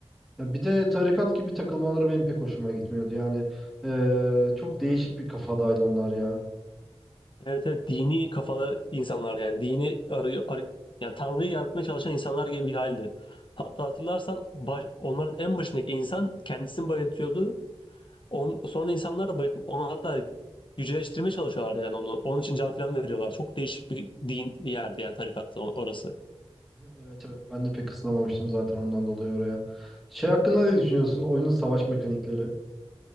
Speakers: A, in the centre; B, on the left (about 50°).
A: Ya bir de tarikat gibi takılmaları benim pek hoşuma gitmiyordu. Yani eee, çok değişik bir kafadaydı onlar ya.
B: Evet, evet dini kafalı insanlar yani dini arıyor arı yani Tanrı'yı yaratmaya çalışan insanlar gibi bir haldi. Hatta hatırlarsan baş- onların en başındaki insan kendisini bayıltıyordu. On, sonra insanlar da bayılt, onu hatta yüceleştirmeye çalışıyorlardı yani onu. Onun için can falan veriyorlar. Çok değişik bir din yerdi yani tarikatta o- orası.
A: Evet evet ben de pek ısınamamıştım zaten ondan dolayı oraya. Şey hakkında ne düşünüyorsun? Oyunun savaş mekanikleri.